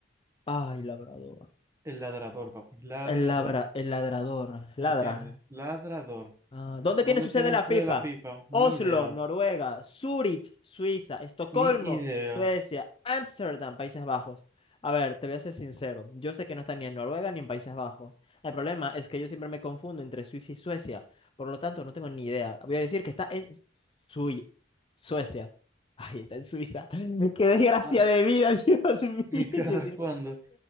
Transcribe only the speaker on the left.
Ay, labrador.
El labra, el ladrador. Ladra,
Ah, ¿dónde
tiene su sede
la FIFA?
Oslo,
Noruega, Zurich, Suiza, Estocolmo,
Suecia, Ámsterdam, Países Bajos. A ver, te voy a ser sincero. Yo sé que no está ni en Noruega ni en Países Bajos. El problema es que yo siempre me confundo entre Suiza y Suecia. Por lo tanto, no tengo ni idea. Voy a decir que está en Sui- Suecia. Ay, está en Suiza. <laughs> ¡Qué desgracia
de vida, Dios
mío!
<laughs> Yo sí-